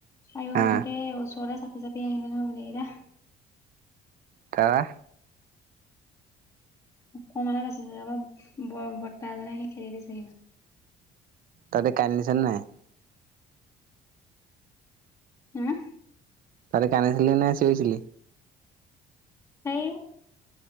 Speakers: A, on the left; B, on the right.
A: আৰু
B: হা
A: গোতে ওচৰ যাপি আহিবি ন গোটেই কেইটা
B: তাপা
A: অকমানে বাচিছো ব বট্টা এজনে আহি খেদি দিছে
B: তাতে কাৰেন্ট দিছে নাই
A: <inaudible>
B: তহঁতে কান্দিছিলি নে চিঞৰিছিলি?
A: হেই,